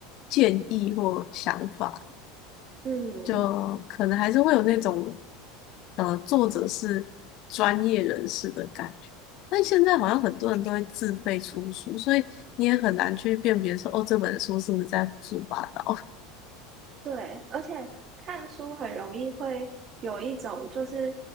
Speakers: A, on the left; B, on the right.
A: 建议或想法。
B: 嗯，
A: 就可能还是会有那种，呃，作者是专业人士的感觉。但现在好像很多人都会自费出书，所以你也很难去辨别说，哦，这本书是不是在胡说八道。
B: 对，而且看书很容易会有一种，就是